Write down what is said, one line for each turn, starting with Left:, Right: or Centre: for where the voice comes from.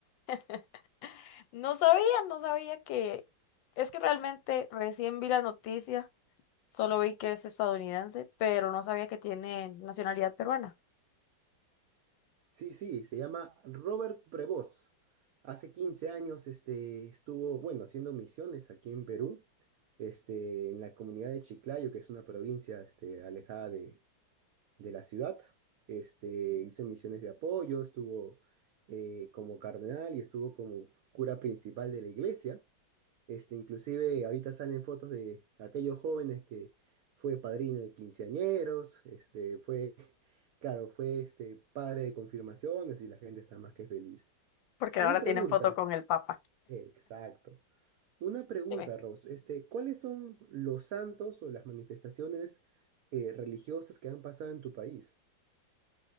Left: <laughs> No sabía, no sabía que... Es que realmente recién vi la noticia, solo vi que es estadounidense, pero no sabía que tiene nacionalidad peruana.
Right: Sí, sí, se llama Robert Prevost. Hace 15 años este, estuvo, bueno, haciendo misiones aquí en Perú, este, en la comunidad de Chiclayo, que es una provincia este, alejada de, de la ciudad. Este, hizo misiones de apoyo, estuvo eh, como cardenal y estuvo como cura principal de la iglesia. Este, inclusive ahorita salen fotos de aquellos jóvenes que fue padrino de quinceañeros, este, fue Claro, fue este padre de confirmaciones y la gente está más que feliz.
Left: Porque
Right: Una
Left: ahora
Right: pregunta.
Left: tienen foto con el Papa.
Right: Exacto. Una pregunta,
Left: Dime.
Right: Rose. Este, ¿cuáles son los santos o las manifestaciones eh, religiosas que han pasado en tu país?